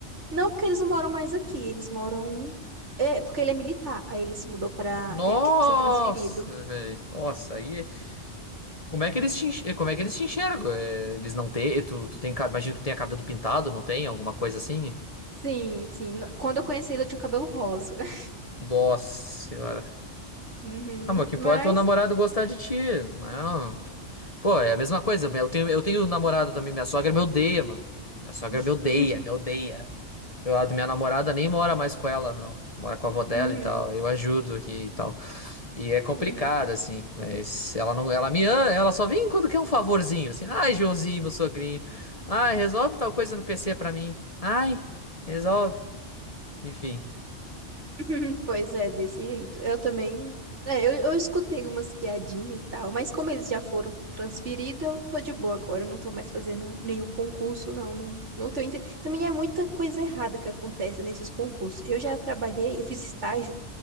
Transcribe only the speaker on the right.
Não porque eles não moram mais aqui, eles moram. É, porque ele é militar. Aí ele se mudou pra.
Teve que ser transferido.
Sim, sim. No- Quando eu conheci ele, eu tinha um cabelo rosa. <laughs>
Uhum,
mas.
<laughs>
Uhum,
uhum.
<laughs> Pois é, desse jeito. Eu também. É, eu, eu escutei umas piadinhas e tal, mas como eles já foram transferidos, eu tô de boa agora. Eu não tô mais fazendo nenhum concurso, não. Não, não tenho inter... Também é muita coisa errada que acontece nesses concursos. Eu já trabalhei, eu fiz estágio